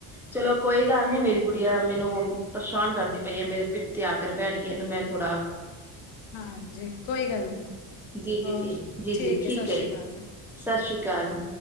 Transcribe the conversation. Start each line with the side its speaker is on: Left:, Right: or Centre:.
Centre: ਚਲੋ ਕੋਈ ਗੱਲ ਨੀ ਮੇਰੀ ਗੁੜੀਆ ਮੈਨੂੰ ਪਰੇਸ਼ਾਨ ਕਰਦੀ ਪਈ ਹੈ ਮੇਰੇ ਪਿੱਠ ਤੇ ਆ ਕਰ ਬੈਠ ਗਿਆ ਇਹਨੂੰ ਮੈਂ ਥੋੜ੍ਹਾ
Left: ਹਾਂਜੀ ਕੋਈ ਗੱਲ ਨੀ
Centre: ਜੀ ਜੀ
Left: ਹੋਰ
Centre: ਜੀ ਜੀ ਜੀ ਠੀਕ
Left: ਏ ਸਤਿ
Centre: ਹੈ
Left: ਸ੍ਰੀ
Centre: ਜੀ
Left: ਅਕਾਲ।
Centre: ਸਤਿ ਸ਼੍ਰੀ ਅਕਾਲ।